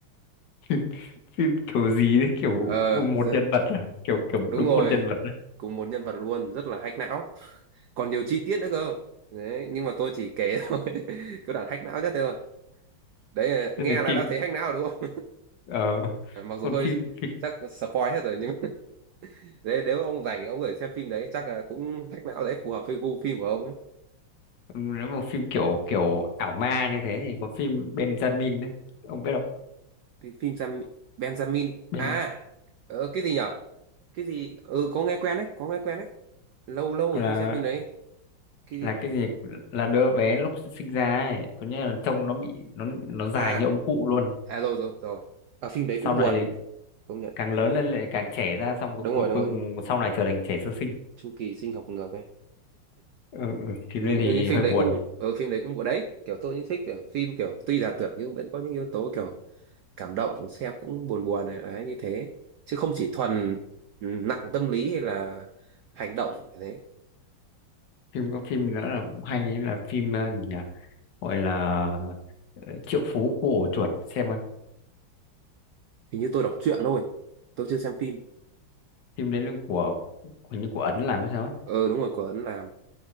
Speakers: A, on the left (about 55°); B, on the right (about 70°).
A: phim, <laughs> phim kiểu gì đấy kiểu
B: ờ
A: một
B: giờ-
A: nhân vật à kiểu kiểu
B: đúng
A: đúng
B: rồi
A: một nhân vật đấy.
B: cùng một nhân vật luôn rất là hack não còn nhiều chi tiết nữa cơ đấy nhưng mà tôi chỉ kể thôi <laughs> cái đoạn hack não nhất thế thôi đấy
A: thế
B: nghe
A: nên
B: là
A: phim
B: đã thấy hack não rồi đúng không
A: ờ
B: Ờ, mặc dù
A: còn
B: hơi
A: phim, phim
B: chắc spoil hết rồi nhưng <laughs> mà đấy, nếu ông rảnh thì ông có thể xem phim đấy chắc là cũng thách não đấy phù hợp với gu phim của ông ấy
A: nếu mà phim kiểu kiểu ảo ma như thế thì có phim Benjamin đấy ông biết không
B: cái phim Jam Benjamin
A: Ben
B: à ờ, cái gì nhở cái gì ừ có nghe quen đấy có nghe quen đấy lâu lâu rồi
A: là
B: không xem phim đấy cái gì
A: là cái gì là đứa bé lúc sinh ra ấy có nghĩa là trông nó bị nó nó già
B: à
A: như ông cụ luôn
B: à rồi rồi rồi ở phim đấy
A: sau
B: cũng
A: này
B: buồn công nhận
A: càng lớn
B: phim
A: lên lại càng trẻ ra xong cu-
B: đúng
A: cuối,
B: rồi đúng
A: cuối
B: rồi
A: cùng sau này trở thành trẻ sơ sinh
B: chu kỳ sinh học ngược ấy
A: ừ, ừ, phim
B: Ừ,
A: đây thì
B: nhưng phim
A: hơi
B: đấy
A: buồn
B: cũng ở phim đấy cũng buồn đấy kiểu tôi cũng thích kiểu phim kiểu tuy là tưởng nhưng vẫn có những yếu tố kiểu cảm động xem cũng buồn buồn này đấy như thế chứ không chỉ thuần ừ, nặng tâm lý hay là hành động như thế
A: phim có phim nữa là cũng hay là phim ờ, gì nhỉ gọi là ờ, Triệu Phú Khu Ổ Chuột xem coi.
B: hình như tôi đọc truyện thôi tôi chưa xem phim
A: phim đấy là của hình như của Ấn làm hay sao ấy
B: ờ đúng rồi của Ấn làm